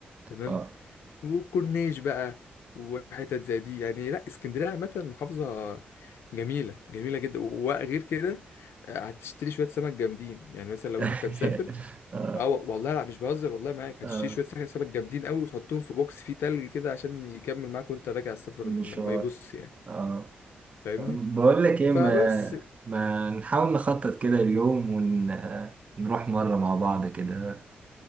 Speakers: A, on the left; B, on the right.
A: تمام
B: اه
A: وكورنيش بقى وحتت زي دي يعني لا اسكندريه عامه محافظه جميله جميله جدا وغير كده آه، هتشتري شويه سمك جامدين يعني مثلا لو
B: <laughs>
A: انت مسافر
B: اه
A: اه و- والله لا مش بهزر والله معاك هتشتري
B: اه
A: شويه سمك سمك جامدين قوي وتحطهم في بوكس فيه تلج كده عشان يكمل معاك وانت راجع السفر
B: مشوار
A: م- ما يبص يعني
B: اه
A: فاهمني
B: بقول لك ايه
A: فبس
B: ما ما نحاول نخطط كده اليوم ونروح مرة مع بعض كده